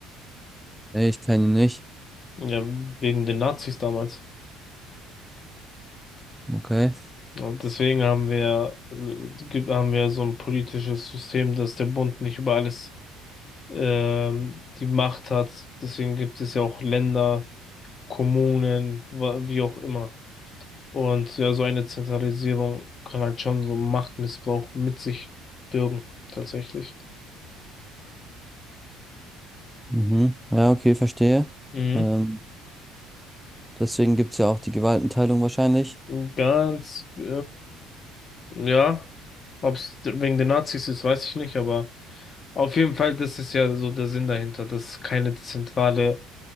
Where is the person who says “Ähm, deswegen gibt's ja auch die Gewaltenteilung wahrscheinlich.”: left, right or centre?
Centre